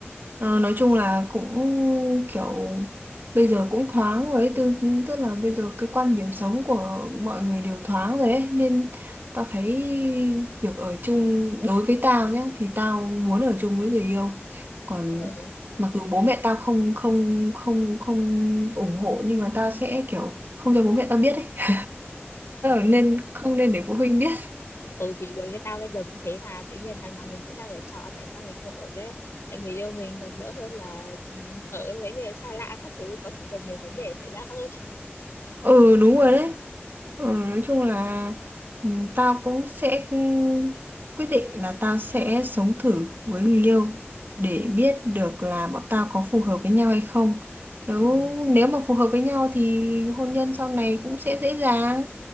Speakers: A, on the right (about 50°); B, on the left (about 75°).
A: Ờ, nói chung là cũng kiểu bây giờ cũng thoáng rồi ấy, tức, tức là bây giờ cái quan điểm sống của mọi người đều thoáng rồi ấy, nên tao thấy việc ở chung đối với tao nhá thì tao muốn ở chung với người yêu. Còn
B: Ờ,
A: mặc dù bố mẹ tao không không không không ủng hộ nhưng mà tao sẽ kiểu không cho bố mẹ tao biết ấy. <laughs>
B: ờ,
A: Nên không nên để phụ huynh biết.
B: ừ thì đối với tao bây giờ cũng thế mà tự nhiên đằng nào mình cũng đang ở trọ tại sao mình không ở với tại người yêu mình còn đỡ hơn là ừ, ở với mấy người xa lạ các thứ có khi còn nhiều vấn đề xảy ra hơn.
A: ừ đúng rồi đấy ừ, nói chung là ừ, tao cũng sẽ ừ, quyết định là tao sẽ sống thử với người yêu để biết được là bọn tao có phù hợp với nhau hay không nếu
B: Ừ,
A: nếu mà phù hợp với nhau thì hôn nhân sau này cũng sẽ dễ dàng